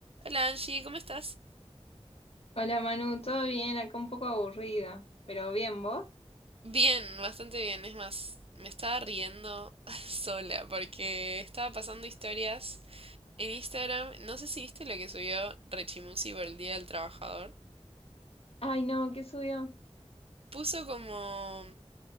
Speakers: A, on the right; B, on the left.
A: Hola Angie, ¿cómo estás?
B: Hola Manu, ¿todo bien? Acá un poco aburrida, pero bien, ¿vos?
A: Bien, bastante bien. Es más, me estaba riendo <laughs> sola porque estaba pasando historias en Instagram. No sé si viste lo que subió Rechimusi por el Día del Trabajador.
B: Ay, no, ¿qué subió?
A: Puso como